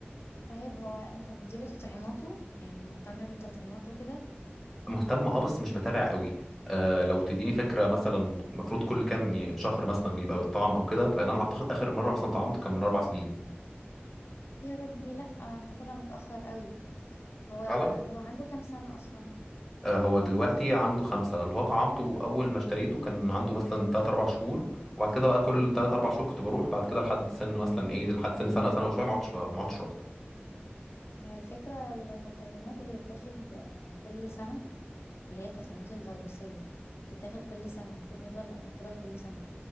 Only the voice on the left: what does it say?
طيب هو انت بتديله تطعيماته يعني مهتم بالتطعيمات وكده
يا ربي لا انت كده متأخر قوي هو
هو عنده كام سنة اصلا
مم.
هي الفكرة التطعيمات بتتاخد آه، كل سنة اللي هي التطعيمات الفيروسية بتتاخد كل سنة المفروض نفضل ناخدها كل سنة